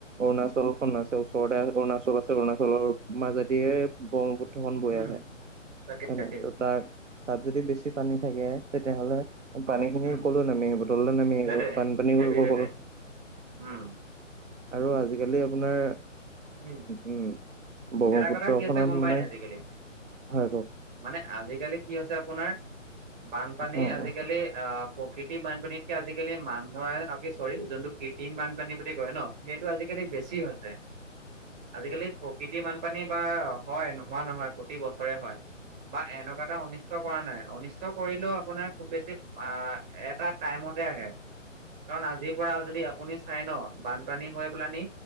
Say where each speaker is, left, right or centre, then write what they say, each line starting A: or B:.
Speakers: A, on the right (about 70°); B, on the right (about 35°).
A: অৰুণাচলখন আছে ওচৰতে, অৰুণাচল আছে অৰুণাচলৰ মাজেদিয়ে, ব্ৰহ্মপুত্ৰখন বৈ
B: উম
A: আহে
B: তাকে
A: হয়
B: তাকে
A: ন, ত তাক তাত যদি বেছি পানী থাকে, তেতিয়াহ'লে পানী খিনি
B: উম
A: ক'লৈ নামি আহিব তললৈ নামি আহিব।
B: সেইটোৱে
A: বানপানী
B: সেইটোৱে
A: কৰিব
B: সেইটোৱে
A: গলত,
B: উম
A: আৰু আজিকালি আপোনাৰ।
B: উম
A: উম, ব্ৰহ্মপুত্ৰ
B: এটা কথা কি হৈছে
A: খনত
B: গম পাই
A: মানে,
B: নাই আজিকালি
A: সহায় কৰক
B: মানে আজিকালি কি হৈছে, আপোনাৰ বানপানী
A: উম
B: আজিকালি
A: উম
B: আহ। প্ৰকৃতিৰ বানপানীতকে আজিকালি মানুহৰ আৰু, কি চৰি যোনটো কৃত্ৰিম বানপানী বুলি কয় ন। সেইটো আজিকালি বেছি হৈছে, আজিকালি প্ৰকৃতিৰ বানপানী, বাৰ হয় নোহোৱা নহয় প্ৰতি বছৰে হয়। বা এনেকুৱা এটা অনিষ্ট কৰা নাই, অনিষ্ট কষ্ট কৰিলেও, আপোনাৰ খুব বেছি এটা টাইমতে আহে। কাৰণ আজিৰ পৰা যদি আপুনি চাই ন বানপানী হৈ পেলানি।